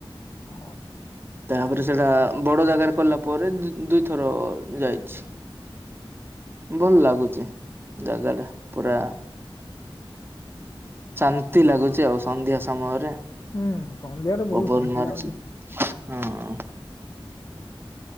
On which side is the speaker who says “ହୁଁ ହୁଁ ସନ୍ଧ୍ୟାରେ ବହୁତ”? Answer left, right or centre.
Left